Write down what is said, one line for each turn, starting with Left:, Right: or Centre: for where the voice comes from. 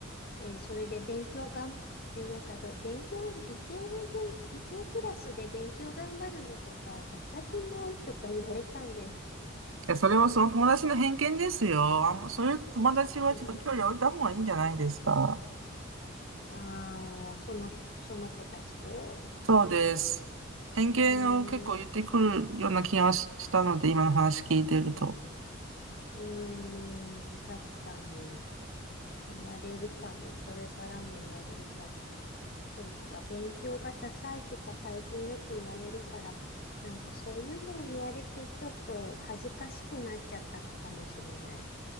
Left: えーそれで勉強がん、えーなんかが、勉強、理系で、理系クラスで勉強頑張るのとか、ダサくないとか言われたんです。
Right: いや、それはその友達の偏見ですよ。あんま、そういう友達はちょっと距離置いた方がいいんじゃないですか。
Left: そう。ああ、その人、その子たちと。
Right: そうです。偏見を結構言ってくるような気がししたので、
Left: うーん、
Right: 今の話聞いてると。
Left: うーん、確かに言われるかも。これからも言われるかも。そうか、勉強がダサいとか最近よく言われるから、なんかそういうのを言われてちょっと恥ずかしくなっちゃったかもしれない。